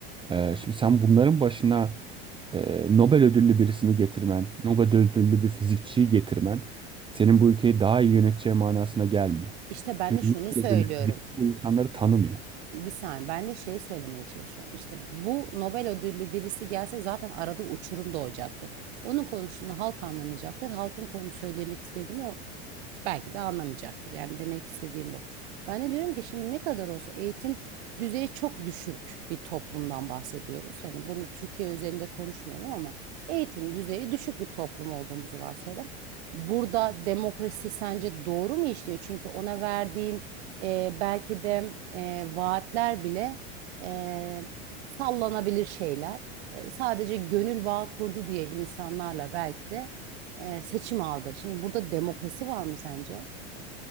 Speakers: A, on the right; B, on the right.
A: E, şimdi sen bunların başına e, Nobel ödüllü birisini getirmen, Nobel ödüllü bir fizikçiyi getirmen senin bu ülkeyi daha iyi yöneteceği manasına gelmiyor.
B: İşte ben
A: Çünkü
B: de şunu
A: Nobel
B: söylüyorum.
A: ödüllü fizikçi bu insanları tanımıyor.
B: Bir saniye ben de şeyi söylemeye çalışıyorum. İşte bu Nobel ödüllü birisi gelse zaten arada uçurum doğacaktır. Onun konuştuğunu halk anlamayacaktır. Halkın konu söylemek istediğini o Belki de anlamayacaktır. Yani demek istediğim bu. Ben de diyorum ki şimdi ne kadar olsa eğitim düzeyi çok düşük bir toplumdan bahsediyoruz. Hani bunu Türkiye üzerinde konuşmayalım ama eğitim düzeyi düşük bir toplum olduğumuzu varsayalım. Burada demokrasi sence doğru mu işliyor? Çünkü ona verdiğin e, belki de e, vaatler bile e, sallanabilir şeyler. E, sadece gönül bağı kurdu diye insanlarla belki de e, seçim aldı. Şimdi burada demokrasi var mı sence?